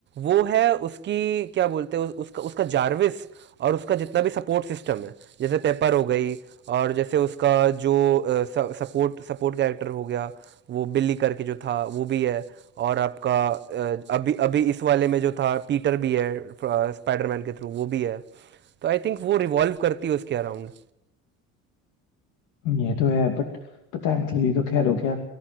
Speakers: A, on the right; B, on the left.
A: वो है उसकी क्या बोलते हैं उस, उसका उसका जार्विस और उसका जितना भी सपोर्ट सिस्टम है जैसे पेपर हो गई और जैसे उसका जो सपोर्ट सपोर्ट कैरेक्टर हो गया वो बिल्ली करके जो था वो भी है और आपका अ, अभी अभी इस वाले में जो था पीटर भी है स्पाइडरमैन के थ्रू वो भी है तो आई थिंक वो रिवॉल्व करती है उसके अराउंड
B: ये तो है बट पता है मतलब ये तो खैर हो गया